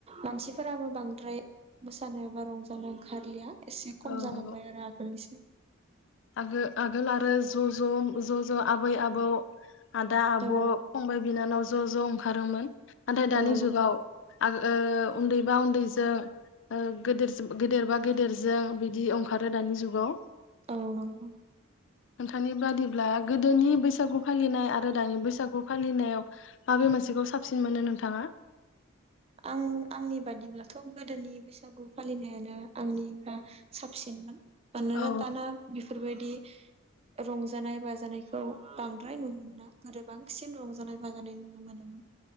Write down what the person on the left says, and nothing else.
औ
नंगौ
आगो आगोल आरो ज' ज' ज' ज' आबै आबौ आदा आब'
फंबाय बिनानाव ज' ज' ओंखारोमोन नाथाय दानि
जुगाव
आं ओ उन्दैबा उन्दैजों ओ गेदेर बा गेदेरजों बिदि ओंखारो दानि जुगाव
नोंथांनि बादिब्ला गोदोनि बैसागु फालिनाय आरो दानि बैसागु फालिनायाव माबे मोनसेखौ साबसिन मोनो नोंथाङा
औ